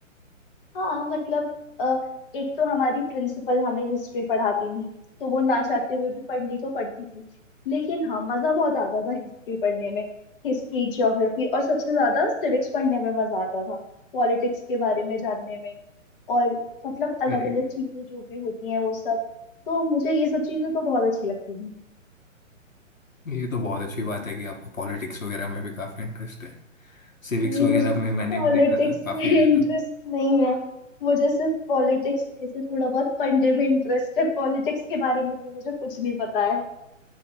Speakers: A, on the left; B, on the left.
A: हाँ मतलब अ, एक तो हमारी प्रिंसिपल हमें हिस्ट्री पढ़ाती थी तो वो ना चाहते हुए भी पढ़नी तो पड़ती थी लेकिन हाँ मजा बहुत आता था हिस्ट्री पढ़ने में हिस्ट्री ज्योग्राफी और सबसे ज्यादा सिविक्स पढ़ने में मजा आता था पॉलिटिक्स के बारे में जानने में और मतलब अलग
B: अरे
A: अलग चीजें जो भी होती हैं वो सब तो मुझे ये सब चीजें तो बहुत अच्छी लगती थी
B: ये तो बहुत अच्छी बात है कि आपको पॉलिटिक्स वगैरह में भी काफी इंटरेस्ट है सिविक्स
A: नहीं
B: वगैरह
A: मुझे
B: में मैंने
A: पॉलिटिक्स
B: भी देखा था काफी
A: में इंटरेस्ट
B: रहता
A: नहीं है मुझे सिर्फ पॉलिटिक्स ऐसे थोड़ा बहुत पढ़ने में इंटरेस्ट है पॉलिटिक्स के बारे में तो मुझे कुछ नहीं पता है